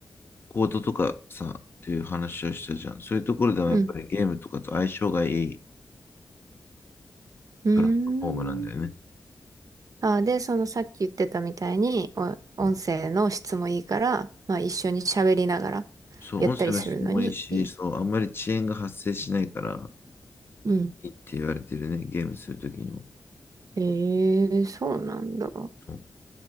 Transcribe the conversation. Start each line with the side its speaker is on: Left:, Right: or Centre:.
Left: コートとかさ、っていう話をしたじゃん。そういうところではやっぱりゲームとかと相性がいい
Right: うん。うー
Left: プラットフォームなんだよね。
Right: ん。あー、で、そのさっき言ってたみたいに、お音声の質もいいから、
Left: うん
Right: まあ一緒に喋りながら
Left: そう、
Right: やったりするのにいい。
Left: 音声の質もいいし、そう、あんまり遅延が発生しないから、
Right: うん。
Left: いいって言われてるね、ゲームするときにも。
Right: ええ、そうなんだ。
Left: そう